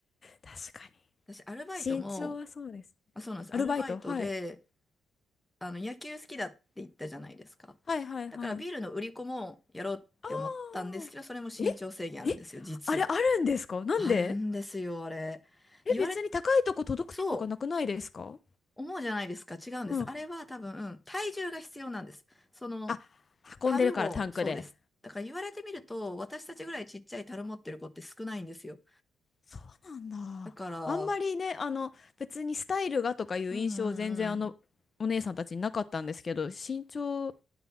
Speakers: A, on the left; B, in the centre.
A: 確かに。
B: <laughs> 私、アルバイトも、
A: 身長はそうです。
B: あ、そうなんです。
A: アルバイトはい。
B: アルバイトで、あの、野球好きだって言ったじゃないですか。
A: はいはいはい。
B: だからビールの売り子もやろうって思ったんですけど、
A: ああ。
B: それも身長制限あるんですよ、
A: ええあれあるんですかなんで
B: 実は。あるんですよ、あれ。
A: え、
B: 言われ、
A: 別に高いとこ届くとかなくないですか
B: そう。思うじゃないですか。違うんです。
A: うん。
B: あれは多分、体重が必要なんです。その、
A: あ、運んでるからタンクで。
B: 樽を、そうです。だから言われてみると、私たちぐらいちっちゃい樽持ってる子って少ないんですよ。
A: そうなんだ。
B: だから、
A: あんまりね、あの、別にスタイルがとかいう印象全然あの、
B: うんうんうん。
A: お姉さんたちになかったんですけど、身長